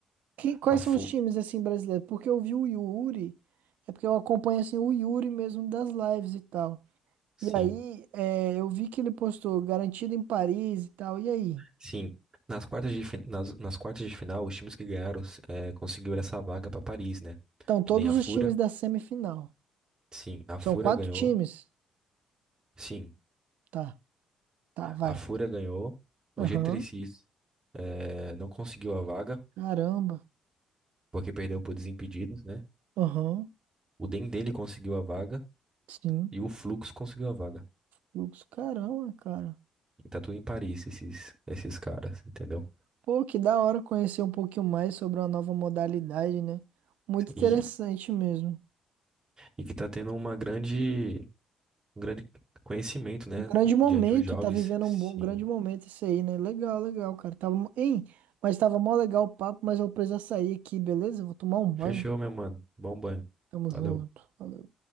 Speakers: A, on the right; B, on the right.
A: Que- quais
B: A fu
A: são os times assim brasileiros? Porque eu vi o Yuri, é porque eu acompanho assim o Yuri mesmo das lives e tal.
B: sim,
A: E aí, é, eu vi que ele postou garantido em Paris e tal. E aí?
B: sim. Nas quartas de, fi- nas, nas quartas de final, os times que ganharam é, conseguiram essa vaga pra Paris, né?
A: Então, todos
B: Que nem a fura
A: os times da semifinal.
B: Sim, a
A: São
B: fura
A: quatro
B: ganhou.
A: times?
B: Sim,
A: Tá, tá, vai.
B: a fura ganhou. O
A: Aham.
B: G3X é, não conseguiu a vaga,
A: Caramba.
B: porque perdeu por desimpedidos, né?
A: Aham.
B: O Dendele conseguiu a vaga
A: Sim.
B: e o Flux conseguiu a vaga.
A: Fluxo, caramba, cara.
B: E tá tudo em Paris, esses, esses caras, entendeu?
A: Pô, que da hora conhecer um pouquinho mais sobre uma nova modalidade, né? Muito interessante
B: E,
A: mesmo.
B: e que tá tendo uma grande. um grande conhecimento, né,
A: Grande momento,
B: diante dos jovens.
A: tá vivendo
B: Sim.
A: um bom, grande momento isso aí, né? Legal, legal, cara. Tava, mo- hein? Mas tava mó legal o papo, mas eu preciso sair aqui, beleza? Vou tomar um banho.
B: Fechou, meu mano. Bom banho.
A: Tamo junto.
B: Valeu.
A: Valeu.